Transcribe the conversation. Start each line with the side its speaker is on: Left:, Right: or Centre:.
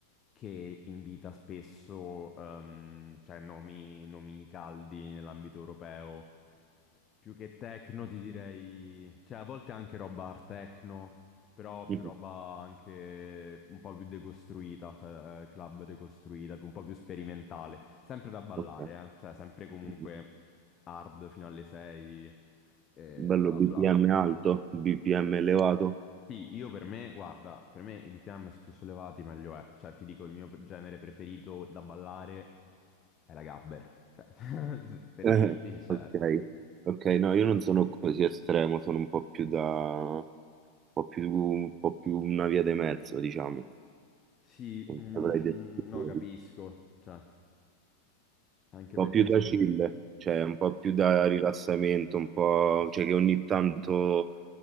Left: che invita spesso ehm, cioè, nomi, nomi caldi nell'ambito europeo. Più che techno ti direi, cioè a volte anche roba art techno però
Right: Mhm,
Left: più roba anche un po' più decostruita, cioè eh, club decostruita, più- un po' più sperimentale. Sempre da ballare,
Right: Ok.
Left: eh? Cioè sempre comunque
Right: Mhm.
Left: hard fino alle 6 e
Right: Bello
Left: bla
Right: BPM
Left: bla.
Right: alto, BPM elevato.
Left: Sì, io per me, guarda, per me i BPM più sollevati meglio è. Cioè ti dico il mio genere preferito da ballare è la gabber. Cioè, <laughs>
Right: <laughs>
Left: per
Right: Eh,
Left: dirti, cioè...
Right: Ok, ok, no, io non sono così estremo, sono un po' più da, un po' più, un po' più una via di mezzo, diciamo.
Left: Sì,
Right: Non
Left: mm,
Right: saprei descriverlo.
Left: no, capisco, cioè... Anche
Right: po'
Left: perché...
Right: più da
Left: se-
Right: chill, cioè un po'
Left: Mm.
Right: più da rilassamento, un po', cioè che ogni tanto,